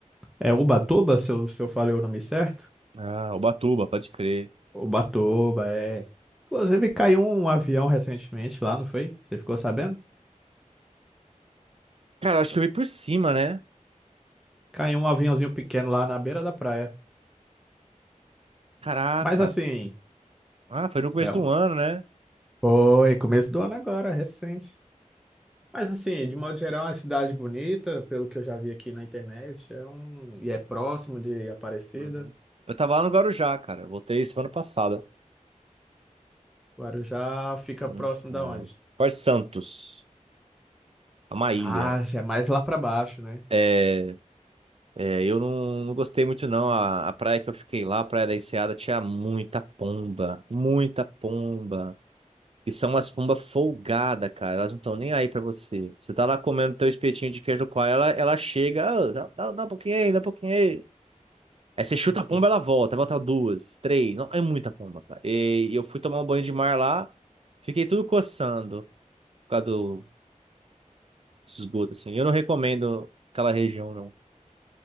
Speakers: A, in the centre; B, on the right.
A: é Ubatuba, se eu, se eu falei o nome certo?
B: Ah, Ubatuba, pode crer.
A: Ubatuba, é. Inclusive caiu um avião recentemente lá, não foi? Você ficou sabendo?
B: Cara, acho que eu vi por cima, né?
A: Caiu um aviãozinho pequeno lá na beira da praia.
B: Caraca.
A: Mas assim,
B: Ah, foi no começo
A: é
B: do
A: um...
B: ano, né?
A: foi começo do ano agora, recente. Mas assim, de modo geral, é uma cidade bonita, pelo que eu já vi aqui na internet. É um... E é próximo de Aparecida.
B: Uhum. Eu tava lá no Guarujá, cara. Eu Voltei semana passada.
A: Guarujá fica
B: Uhum.
A: próximo da
B: É.
A: onde?
B: Porto Santos. É uma ilha.
A: Ah, já é mais lá para baixo, né?
B: É, É, eu não, não gostei muito não. A, a praia que eu fiquei lá, a Praia da Enseada, tinha muita pomba, muita pomba. E são umas pombas folgadas, cara. Elas não estão nem aí pra você. Você tá lá comendo teu espetinho de queijo coalho, ela, ela chega, "Ah, dá, dá, dá um pouquinho aí, dá um pouquinho aí. Aí você chuta
A: <laughs> Uhum.
B: a pomba, ela volta, volta duas, três. Não, é muita pomba, cara. E, e eu fui tomar um banho de mar lá, fiquei tudo coçando por causa do esgoto, assim. Eu não recomendo aquela região, não.